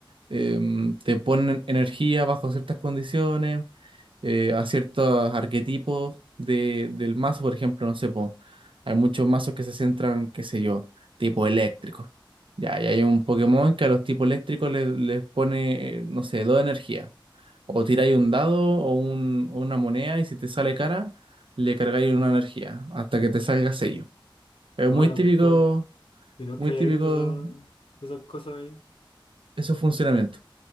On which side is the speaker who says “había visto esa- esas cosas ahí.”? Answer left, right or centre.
Left